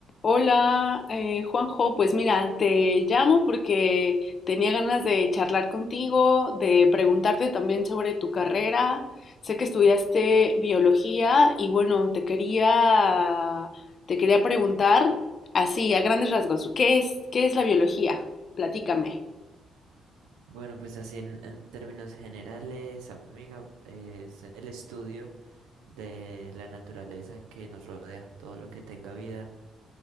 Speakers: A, on the left (about 50°); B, on the right (about 80°).
A: Hola, eh, Juanjo, pues mira, te llamo porque tenía ganas de charlar contigo, de preguntarte también sobre tu carrera. Sé que estudiaste biología y bueno, te quería te quería preguntar así a grandes rasgos, ¿qué es qué es la biología? Platícame.
B: Bueno, pues así en, en términos generales, amiga, es el estudio de la naturaleza que nos rodea, todo lo que tenga vida,